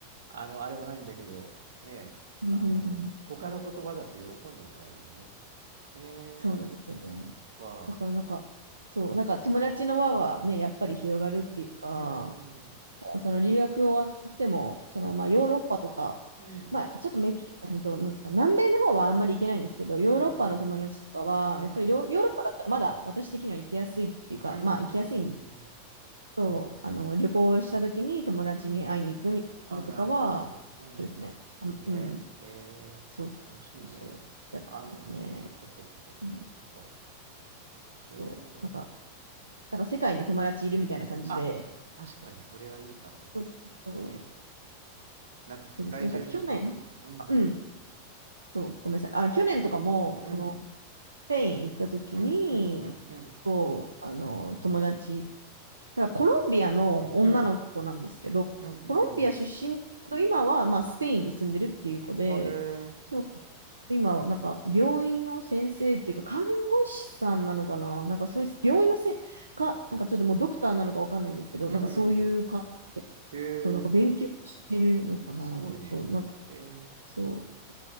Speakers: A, on the right; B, on the right.
A: あの、あれはないんだけど、ねあの、
B: うんうんうん
A: 他の言葉だと喜んでもらえるよね。え
B: そうなんですよね。
A: か。
B: だからなんか、そう、なんか友達の輪はね、やっぱり広がるっていうか、
A: うん。うん。
B: その留学終わっても、そのまあヨーロッパとか、
A: うん。うん。うん。
B: まあちょっとメキ、えっと、なんか南米の方はあんまり行けないんですけど、
A: うん。
B: ヨーロッパの友達とかは、
A: うん。うん。
B: やっぱりヨヨーロッパだったらまだ私的には行きやすいっていうか、
A: うん。
B: まあ行きやすいん
A: うん。うん。うん。うん。
B: そう、あの旅行した時に友達に会いに行くみたいなのとかは、
A: うん。あ、なるほどね。うん。
B: そうですね、たうん、
A: いいね。えー、
B: そう、
A: 楽しいね。
B: そう、やってますね。
A: あのー、そっかそっかそっかそっか。
B: うん、
A: えー、
B: そう、なんか、なんか世界に友達いるみたいな感じで、
A: あ、確かにそれはいいかも。
B: そうそうそう、
A: ね。なんか世界中に友達、
B: そうですね。が去年、
A: うん。
B: あうん、そう、ごめんなさい。あ、去年とかも、
A: よ、うん。
B: その、スペイン行った時に、
A: うん、うん、うん、うん。
B: そう、あの、友達、だからコロンビアの女の子なんですけど、
A: うん、うん、うん、
B: コロンビア出身だけど、
A: うん。
B: 今は、まあ、スペインに住んでるっていう子で、
A: あえー、
B: そう、今は、なんか、病院の先生っていうか、看護師さんなのかななんか、そういう、病院のせん、か、なんかちょっともうドクターなのかわかんないんですけど、
A: うん、
B: なんかそういう感じ
A: うん。え
B: そう、なんか勉強してるのかな。
A: ー、すごいね。
B: そう、なんか、
A: えー、
B: そう、